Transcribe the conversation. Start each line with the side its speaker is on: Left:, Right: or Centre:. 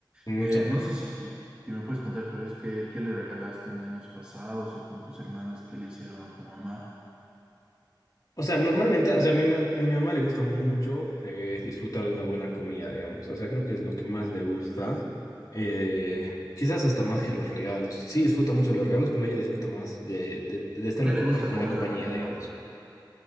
Left: Mm,
Right: eh,
Left: ya.
Right: no sé si, si me puedes contar tal vez qué, qué le regalaste en años pasados o con tus hermanos, qué le hicieron a tu mamá.
Left: O sea, normalmente, o sea, a mí me- a mi mamá le gusta mucho eh, disfrutar de una buena comida, digamos. O sea, creo que es lo que más le gusta. Eh, quizás hasta más que los regalos. Sí, disfruta mucho de los regalos, pero ella disfruta más de, de, de estar
Right: ¿Qué
Left: la
Right: le
Left: compa-
Right: gusta
Left: con
Right: comer
Left: la compañía,
Right: a tu mamá?
Left: digamos.